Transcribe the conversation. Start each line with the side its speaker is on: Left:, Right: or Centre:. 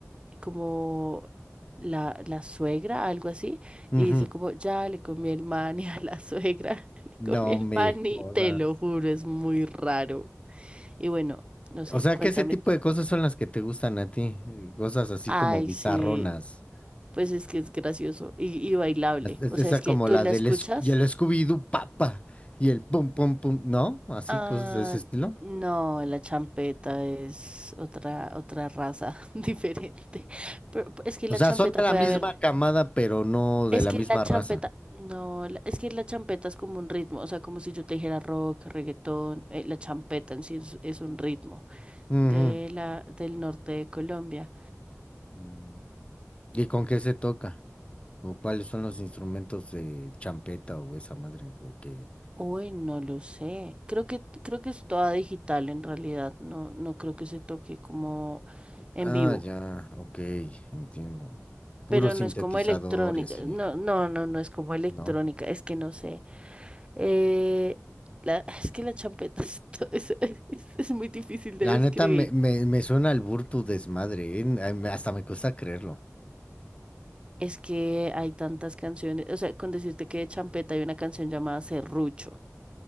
Right: como la, la suegra, algo así,
Left: Ujú.
Right: y dice como ya le comí el mani a la suegra, <laughs> le comí
Left: No
Right: el
Left: me
Right: mani,
Left: jodas.
Right: te lo juro, es muy raro. Y bueno, no sé,
Left: O sea,
Right: cuéntame
Left: que ese tipo
Right: tú.
Left: de cosas son las que te gustan a ti. eh, Cosas así
Right: Ay,
Left: como bizarronas.
Right: sí, pues es que es gracioso y, y bailable.
Left: Es- es-
Right: O
Left: Esa
Right: sea, es que
Left: como
Right: tú
Left: la
Right: la
Left: del
Right: escuchas.
Left: Sc- y el Scooby-Doo Papa y el pum pum pum, ¿no? Así,
Right: Ah,
Left: cosas de ese estilo.
Right: no, la champeta es otra, otra raza <laughs> diferente. Pero es que
Left: O
Right: la
Left: sea,
Right: champeta
Left: son de la
Right: puede
Left: misma
Right: haber.
Left: camada, pero no de
Right: Es
Left: la
Right: que
Left: misma
Right: la champeta.
Left: raza.
Right: No, la- es que la champeta es como un ritmo. O sea, como si yo te dijera rock, reggaetón. eh, la champeta en sí es, es un ritmo
Left: Ujú.
Right: de la, del norte de Colombia.
Left: Mm. ¿Y con qué se toca? ¿O cuáles son los instrumentos de champeta o esa madre? Porque...
Right: Uy, no lo sé. Creo que, creo que es toda digital en realidad. No, no creo que se toque como en
Left: Ah,
Right: vivo.
Left: ya, ok, entiendo. Puro
Right: Pero
Left: sintetizador
Right: no es como electrónica.
Left: y así,
Right: No, no, no, no es como electrónica.
Left: ¿no?
Right: Es que no sé. Eh, la- <laughs> es que la champeta es, <laughs> to- es- es- es muy difícil de
Left: La
Right: describir.
Left: neta me, me, me suena el burro tu desmadre, ¿eh? Ay, me- Hasta me cuesta creerlo.
Right: Es que hay tantas canciones. O sea, con decirte que de champeta hay una canción llamada Serrucho.